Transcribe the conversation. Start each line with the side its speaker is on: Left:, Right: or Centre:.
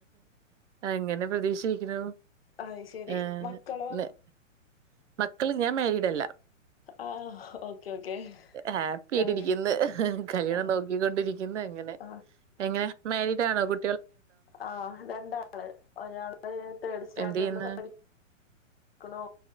Right: അങ്ങനെ പ്രതീക്ഷിച്ചിരിക്കുന്നു
Left: അത് ശരി
Right: ഏഹ്
Left: മക്കളോ
Right: ന- മക്കള് ഞാൻ മരീഡ് അല്ല
Left: ആ ഓക്കെ ഓക്കെ
Right: ഹാപ്പി ആയിട്ടിരിക്കുന്നു
Left: കഴിഞ്ഞ്
Right: കല്യാണം
Left: ആ
Right: നോക്കിക്കൊണ്ടിരി ഇരിക്കുന്നു അങ്ങനെ
Left: ആ
Right: എങ്ങനെ മാരീഡ് ആണോ കു
Left: ആഹ് രണ്ടാള് ഒരാള് തേർഡ് സ്റ്റാൻഡേർഡില്
Right: എന്ത് ചെയ്യുന്നു
Left: പഠി ക്കുണു